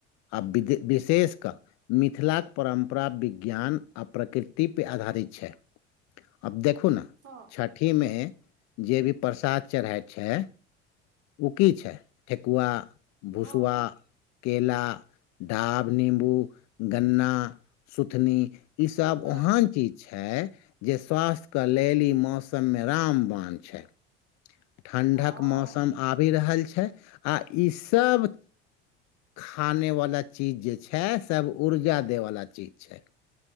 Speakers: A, on the left; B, on the right.
A: आब विदे विशेष कऽ मिथिलाक परम्परा विज्ञान आ प्रकृतिपे आधारित छै आब देखु न
B: हँ
A: छठिमे जे भी प्रसाद चढ़इ छै ओ की छै ठेकुआ भुसुआ
B: हँ
A: केेला ढाब नीमबू गन्ना सुथनी ई सब
B: हँ
A: ओहन चीज छै जे स्वास्थ्यक लेल ई मौसममे रामवान छै ठण्ढक
B: हँ
A: मौसम आबि रहल छै आ ईसब खानेवला चीज जे छै सभ ऊर्जा देबवला चीज छै